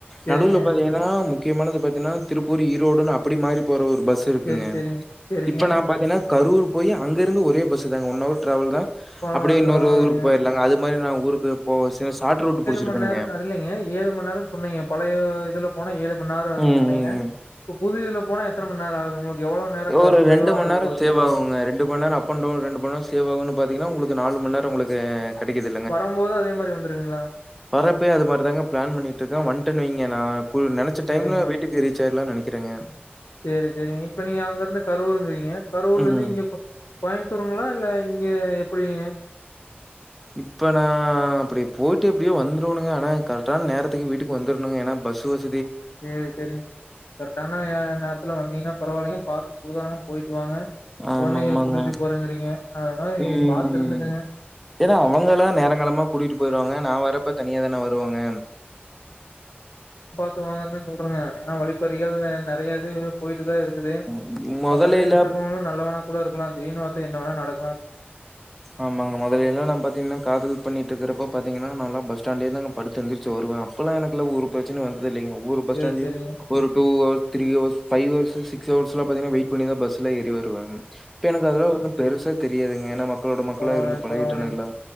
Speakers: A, on the left; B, in the centre.
A: செரிங்க
B: நடுவுல பாத்தீங்கனா முக் முக்கியமானது பாத்தீங்கனா திருப்பூரு ஈரோடு அப்டி மாறி போற ஒரு பஸ் இருக்குங்க
A: சேரி சேரிங்க சேரிங்க
B: இப்ப நா பாத்தீங்கன்னா கரூர் போய் அங்கேருந்து ஒரே பஸ் தாங்க ஒன் அவர் ட்ராவல் தா
A: பரவால
B: அப்டியே இன்னொரு
A: பரவாயில்லைங்க
B: ஊருக்கு போயிர்லாங்க அது மாரி நா ஊருக் போ சில சாட் ரூட் புடிச்சிருக்கனுங்க.
A: மணி நேரம் அதில்லிங்க ஏழு மணி நேரம் சொன்னீங்க பழைய உ இதுல போன ஏழு மணிநேரோ ஆகுனு
B: ம்,
A: சொன்னீங்க
B: ம், ம்.
A: இப்ப புது இதுல போன எத்தன மண்ணேர ஆகுது உங்களுக்கு எவ்ளோ நேரோ க
B: ஒரு
A: குறைவா
B: ரெண்டு மண்ணேரம்
A: உங்களுக்கு வருது
B: சேவாகுங்க ரெண்டு மண்ணேநேரம் அப் அண்ட் டவுன் ரெண்டு மண்ணேரம் சேவ் ஆகு பாத்தீங்கன்னா உங்களுக்கு நாலு மண்ணேரம் உங்களுக்கு கெடைக்குது
A: வரும்போது அதே மாரி வந்துருவீங்களா
B: வரப்பயு அது மாரிதாங்க பிளான் பண்ணிட்டுருக்க வன்டன் வைங்க நா நெனச்ச
A: சேரிங்க
B: டைம்ல வீட்டுக்கு ரீச் ஆய்ரலனு நெனைகிற க்கிறங்க
A: சேரி சேரிங்க இப்ப நீங்க அங்க இருந்து கரூரிங்கிறீங்க கரூர்ல
B: ம்
A: இருந்து இங்க கோய கோயம் ருங்களா இல்ல இங்க எப்பிடிங்க
B: இப்ப நா அப்டி போயிட்டு எப்டியோ வந்துருவனுங்க ஆனா கரெக்டான நேரத்துக்கு வீட்டுக்கு வந்துருனங்க ஏன்னா பஸ்சு வசதி
A: சேரி சேரிங்க கரக்டான்ன நேர்த்துல வந்தீங்ன்னா பரவாயில்லைங்க பாத்து சூதானமா போயிட்டு வாங்க
B: ஆமா
A: கொழந்தைய
B: ஆமாங்க
A: கூட்டிட்டு போறேங்கிறீங்க அது மாரி
B: ம்
A: பாத்து இருந்துக்கங்க
B: ஏன்னா அவங்கலா நேரங்காலமா கூட்டிட்டு போயிருவாங்க நா வரப்ப தனியா தான வருவாங்க
A: வாங்கத்தா சொல்றாங்க ஏன்னா வழிப்பறிகள் நெறைய இது போயிட்டு தா இருக்கு குது
B: ம் மொதலைல
A: பக்கத்துல நின்ட்டுருக்கவனு நல்லவனா கூட இருக்லா திடீனு பாத்தா என்னவேனா நட
B: ஆமாங்க மொதல்ல எல்லா நம் பாத்தீங்கன்னா காதல் பண்ணிட்டுருக்குறப்போ பாத்தீங்கன்னா நா லா பஸ்டாண்ட்லேயே தா படுத்தெந்துர்ச்சு வருவே அப்பல்லா எனக்கு ஒரு ப்ரெச்சன வந்து ல்லா இல்லைங்க ஒவ்வொரு பஸ்டாண்லியு
A: சரி, சரிங்க.
B: ஒரு two hours three hours five hours சிக்ஸ்ஹர்ஸ்லா பாத்தீங்கனா வெயிட் பண்ணிதா பஸ்ல ஏறி வருவே இப்ப எனக்கு அதுல ஒண்ணும் பெருசா தெரியாதுங்க ஏன்னா மக்களோட மக்களா
A: பரவாயில்ல
B: இருந்து பழகிட்டேனுங்களா.
A: பரவாயில்லைங்க